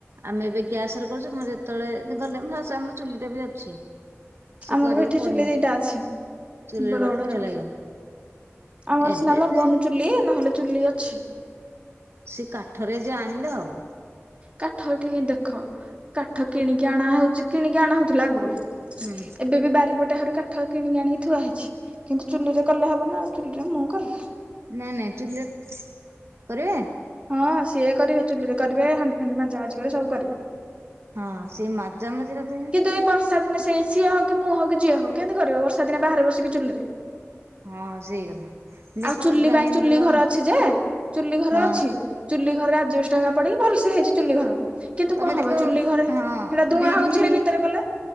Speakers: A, on the right; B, on the right.
A: ଆମେ ଏବେ ଗ୍ୟାସ ରେ କରୁଛୁ ଯେତେବେଳେ ଗଲେ ଆମର ଚୁଲିଟା ବି ଅଛି। ସେ
B: ଆମର
A: କରିବେ
B: ବି ଏଠି
A: ବଢିଆ
B: ଚୁଲି ଦିଇଟା ଅଛି
A: ଚୁଲିରେ
B: ବଡ
A: କଲେ
B: ବଡ଼
A: ବଢିଆ
B: ଚୁଲି।
A: ଲାଗିବ
B: ଆମର
A: ଏବେ
B: ସିନା ଲଗନୁ
A: ସେ
B: ଚୁଲି ନହେଲେ ଚୁଲି ଅଛି।
A: ସେ କାଠରେ ଯେ ଆଣିଲେ ହବ।
B: କାଠ ଟିକେ ଦେଖ କାଠ କିଣିକି ଆଣା ହଉଛି କିଣିକି ଆଣାହଉଥିଲା ଆଗରୁ
A: ହୁଁ
B: ଏବେ ବି ବାରିପଟେ ହରକା କାଠ କିଣିକି ଆଣିକି ଥୁଆ ହେଇଛି କିନ୍ତୁ ଚୁଲିରେ କଲେ ହବନା ଆଉ ଚୁଲିରେ ମୁଁ କରିବିନି।
A: ନା ନାଇଁ ଚୁଲିରେ କରିବେ।
B: ହଁ ସିଏ କରିବେ ଚୁଲିରେ କରିବେ ହାଣ୍ଡି ଫାଣ୍ଡି ମାଜା ମାଜି କରି ସବୁ କରିବେ।
A: ହଁ ସେ ମାଜା ମଜିଟା
B: କିନ୍ତୁ ଏଇ ବର୍ଷା ଦିନେ ସେ ସିଏ ହଉ କି ମୁଁ ହଉ କି ଯିଏ ହଉ କେମିତିି କରିବ ବର୍ଷା ଦିନେ ବାହାରେ ବସିକି ଚୁଲି
A: ହଁ ସେଇ କଥା ଦେଖ
B: ଆଉ ଚୁଲି
A: ଗ୍ରାଇଣ୍ଡର
B: ପାଇଁ ଚୁଲି ଘର ଅଛି ଯେ ଚୁଲି ଘର
A: ହଁ
B: ଅଛି। ଚୁଲି ଘରରେ ଆଜବେଷ୍ଟ ହେରା ପଡିକି ଭଲସେ ହେଇଛି ଚୁଲି ଘର। କିନ୍ତୁ
A: ତମେ
B: କଣ
A: ଦେଖ
B: ହବ ଚୁଲି ଘରେ
A: ହଁ
B: ହେଟା ଧୂଆଁ
A: ବିରି
B: ହଉଛି ହେଇ ଭିତରେ କଲେ।